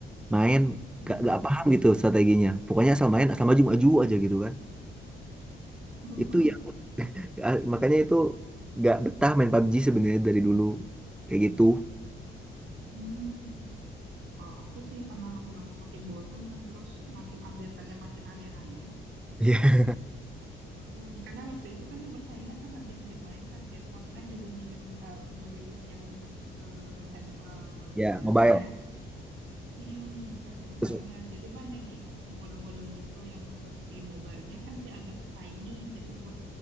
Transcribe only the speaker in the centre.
main
nggak nggak paham gitu strateginya. Pokoknya asal main asal maju-maju aja gitu kan.
Itu ya ya, makanya itu nggak betah main PUBG sebenarnya dari dulu kayak gitu.
Iya.
Ya
mobile.
Terus